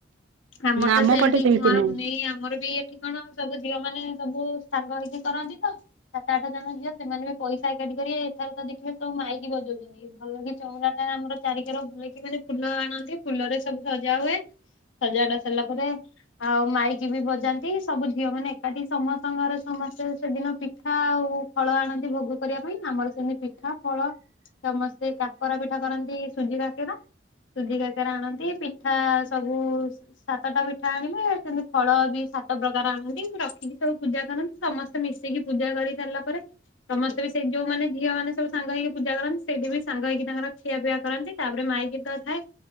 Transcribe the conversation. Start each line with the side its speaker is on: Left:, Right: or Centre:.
Left: ଆମର ତ
Right: ଆମ
Left: ସେମିତି
Right: ପଟେ
Left: କୁମାର
Right: ନାହିଁ।
Left: ପୁନେଇ ଆମର ବି ଏଠି କଣ ସବୁ ଝିଅ ମାନେ ସବୁ ସାଙ୍ଗ ହେଇକି କରନ୍ତି ତ ସାତ ଆଠ ଜଣ ଝିଅ ସେମାନେ ବି ପଇସା ଏକାଠି କର ଏଥର ତ ଦେଖିବେ ସବୁ ମାଇକି ବଜଉଛନ୍ତି ଭଲ କି ଚଉଁରାଟା ଆମର ଚାରି ର ବୋହି କି ମାନେ ଫୁଲ ଆଣନ୍ତି ଫୁଲରେ ସବୁ ସଜା ହୁଏ। ସଜଡ଼ା ସରିଲା ପରେ ଆଉ ମାଇକି ବି ବଜାନ୍ତି ସବୁ ଝିଅ ମାନେ ଏକାଠି ସମସ୍ତଙ୍କ ଘରେ ସମ ମାସେ ସେଦିନ ପିଠା ଆଉ ଫଳ ଆଣନ୍ତି ଭୋଗ କରିବା ପାଇଁ ଆମର ସେମିତି ପିଠା ଫଳ ସମସ୍ତେ କାକରା ପିଠା କରନ୍ତି ସୁଜି କାକେରା ସୁଜି କାକେରା ଆଣନ୍ତିି ପି ପିଠା ସବୁ ସ ସାତଟା ପିଠା ଆଣିବେ ସେମିତି ଫଳ ବି ସାତ ପ୍ରକାର ଆଣନ୍ତି ରଖିକି ସବୁ ପୂଜା କରନ୍ତି ସମସ୍ତେ ମିଶିକି ପୂଜା କରି ସାରିଲା ପରେ ସମସ୍ତେ ବି ସେଇ ଯୋଉ ମାନେ ଝିଅ ମାନେ ସବୁ ସାଙ୍ଗ ହେଇକି ପୂଜା କରନ୍ତି ସେଇଠି ବି ସାଙ୍ଗ ହେଇକି ତାଙ୍କର ଖିଆ ପିଆ କରନ୍ତି ତାପରେ ମା ମାଇକି ତ ଥାଏ